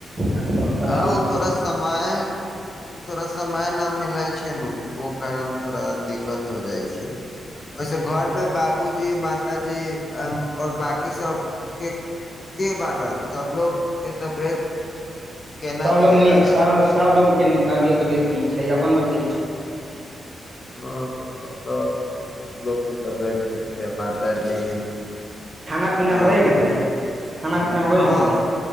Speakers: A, on the right; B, on the left.
A: नहि फोन करैतै
B: आ ओ थोड़ा समय ओ थोड़ा समय न मिलै छै ओ कारण थोड़ा दिक्कत हो जाइ छै ओहिसे घरमे बाबूजी मातााजी आओर बकी सबके के बारण सबलोग के तबियत केना
A: सबलोग
B: छै आजकल
A: सबलोगके तबियत तबियत नीक छै अपन बतैै
B: हँ हमरो त लोकके तबियत ठीक छै माताजी
A: खाना पीनाा
B: सब
A: हो गेल
B: ठीक
A: गेलै पीना होइ
B: हँ
A: गेलै